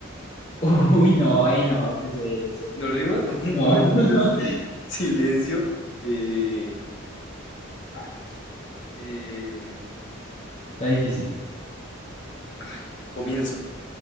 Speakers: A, on the left; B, on the left.
A: <laughs> Uy, no, ey, no, ¿qué es eso?
B: ¿No rima? <laughs>
A: No,
B: Bueno, entonces,
A: <laughs>
B: silencio, eh, ay, eh,
A: está difícil.
B: ay, comienzo.